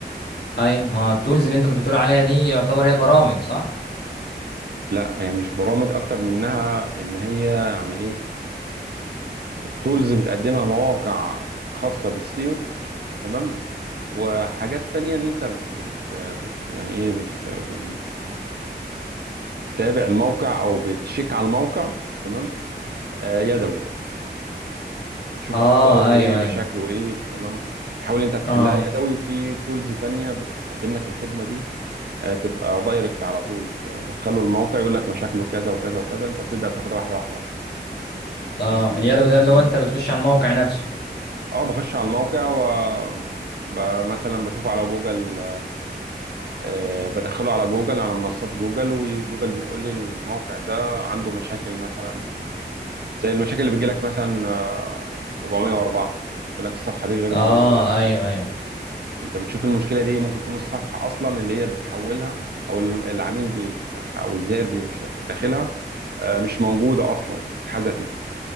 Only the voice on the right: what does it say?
لا هي مش برامج أكتر منها إن هي يعني إيه تولز بتقدمها مواقع خاصة بالسيو تمام وحاجات تانية إن أنت بت, بت يعني إيه بت, بت بتتابع الموقع أو بتشيك على الموقع تمام آه، يدوي بتشوف
أخطائه إيه
مشاكله
إيه تمام بتحاول أنت تحلها
يدوي وفي تولز تانية بتقدم لك الخدمة دي آه، تبقى دايركت على طول تدخله الموقع يقول لك مشاكله كذا وكذا وكذا انت بتبدا تاخدها واحده واحده بقى بحيث
ان
انت تخليه
مت...
اه بخش على الموقع و ب- مثلا بشوفه على جوجل آه، بدخله على جوجل على منصات جوجل وجوجل بتقول لي الموقع ده عنده مشاكل مثلا زي المشاكل اللي بتجيلك مثلا آه، 404 يقول لك الصفحه دي غير
موجوده مثلا
انت بتشوف المشكله دي ممكن تكون الصفحه اصلا اللي هي بتحولها او ال- العميل بيفتحها او الزائر بيش- داخلها آه، مش موجوده اصلا اتحذفت